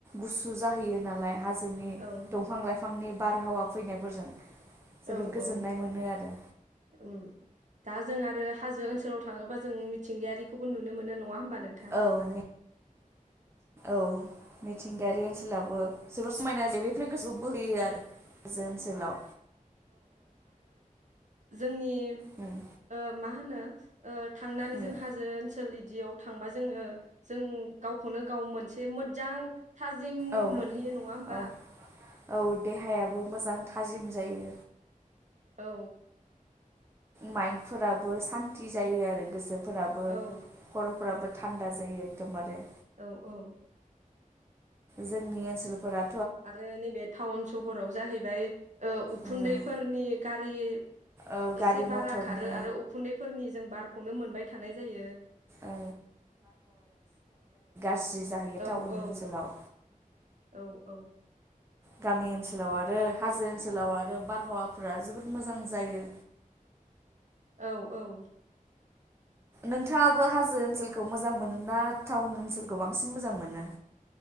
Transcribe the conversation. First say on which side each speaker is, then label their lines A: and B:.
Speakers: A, on the right; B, on the right.
A: गुसु जाहैयो नालाय हाजोनि
B: औ
A: दंफां लाइफां फांनि बारहावा फैनायफोरजों। जोबोद
B: औ
A: गोजोननाय
B: औ
A: मोनो आरो
B: उम दा जों आरो हाजो ओनसोलाव थाङोबा जों मिथिंगायारिखौबो नुनो मोनो नङा होमबा। नोंथां
A: औ <unintelligible> औ। मिथिंगायारि ओनसोलावबो जोबोर समायना जायो। गोसोखौ बोहोयो आरो हाजो ओनसोलाव।
B: <unintelligible> नि
A: उम
B: ओ मा होनो ओ थांनानै
A: उम
B: जों हाजो ओनसोल इदियाव थांबा जोङो जों गावखौनो गाव मोनसे मोजां। थाजिम
A: औ
B: मोनहैयो नङा होमबा।
A: औ औ देहायाबो मोजां थाजिम जायो।
B: औ।
A: माइन्दफोराबो सान्ति जायो आरो गोसो। फोराबो
B: औ
A: खर'फोराबो। थान्दा जायो एकदमबारे।
B: औ औ।
A: जोंनि ओनसोलफोरा
B: आरो नैबे टाउन सहराव जाहैबाय ओ उखुन्दैफोरनि
A: उम
B: गा <unintelligible>
A: ओ गारि
B: एसे
A: मथरनि
B: बारा खारो आरो उखुन्दैफोरनि जों बारखौनो मोनबाय थानाय जायो।
A: ओ सि जायो टाउन
B: औ औ
A: ओनसोलाव।
B: औ औ।
A: गामि ओनसोलाव आरो हाजो ओनसोलाव आरो बारहावाफोरा जोबोर मोजां जायो।
B: औ औ
A: नोंथाङाबो हाजो ओनसोलखौ मोजां मोनो ना टाउन ओनसोलखौ बांसिन मोजां मोनो।